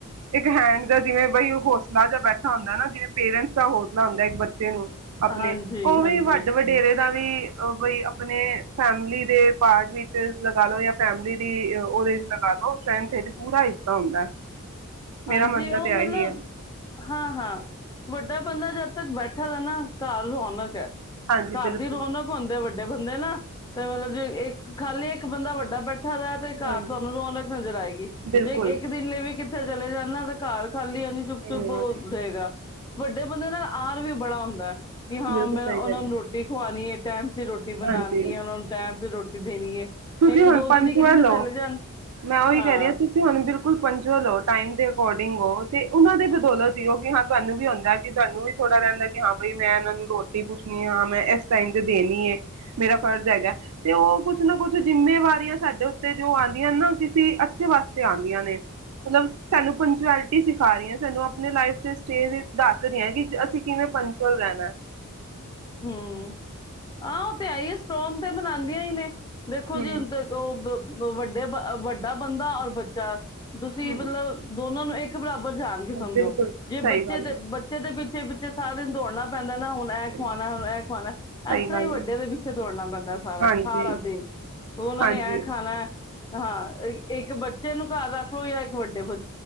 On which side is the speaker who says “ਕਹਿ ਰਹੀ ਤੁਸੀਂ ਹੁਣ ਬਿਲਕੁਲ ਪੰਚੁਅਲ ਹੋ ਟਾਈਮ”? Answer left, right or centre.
Right